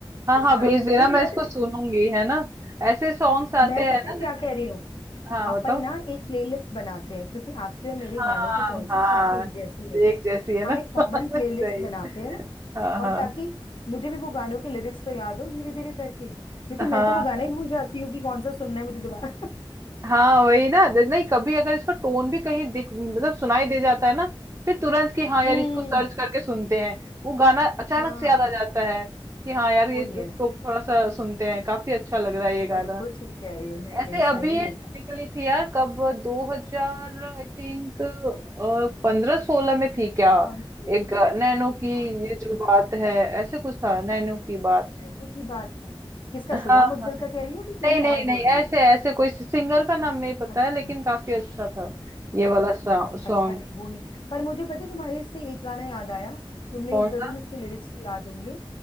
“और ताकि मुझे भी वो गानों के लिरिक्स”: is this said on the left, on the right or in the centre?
Left